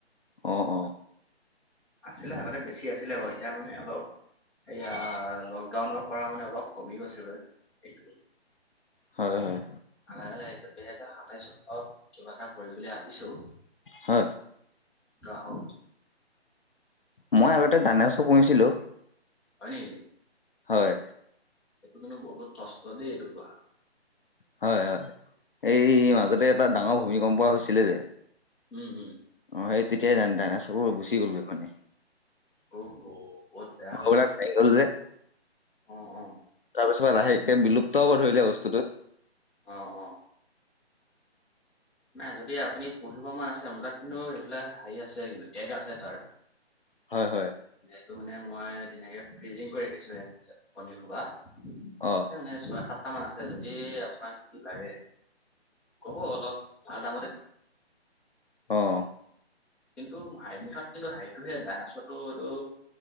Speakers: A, on the left; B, in the centre.
A: অ অ।
B: আছিলে আগতে বেছি আছিলে বাৰু এতিয়া মানে অলপ। এয়া লকডাউনৰ পৰা মানে অলপ কমি গৈছেগৈ এইটো।
A: হয়- হয়।
B: ল লাহে ল লাহে এতিয়া দুহেজাৰ সাতাইশত অলপ কিবা এটা কৰিম বুলি ভাবিছো।
A: হয়।
B: অ।
A: মই আগতে দানেছ পঢ়িছিলো।
B: হয় নেকি।
A: হয়।
B: এইটো কিন্তু বহুত কষ্ট দেই এইটো পূহা।
A: হয়- হয় এই মাজতে এটা ডাঙৰ ভূমিকম্প হৈছিলে যে।
B: উম- উম।
A: অ সেই তেতিয়াই দায় দায়নেশ বোৰ গুছি গুছি গলগে ক্ষয়নে।
B: অহ অ। বহুত বেয়া হৈছে
A: ঘৰবিলাক ফঙি গল যে
B: অ অ
A: তাৰপিছত আহে একে বিলুপ্ত হব ধৰিলে বস্তু।
B: অঁ অঁ। নাই যদি আপুনি পঢ়িব মান আছে মোৰ তাত কিন্তু এইবিলাক হেৰি আছে এগ আছে তাৰ।
A: হয়- হয়।
B: এইটো মানে মই ধুনীয়াকে ফ্ৰিজিং কৰি ৰাখিছো ইয়াত কণী খোবা
A: অ
B: আছে মানে ছয় সাত। কটামান আছে যদি আপোনাক কি লাগে কব অলপ। ভাল দামতে দিম।
A: অহঁ।
B: কিন্তু হাঁৰি মুঠত কিন্তু হেৰিটোহে তাৰাছতো এইটো।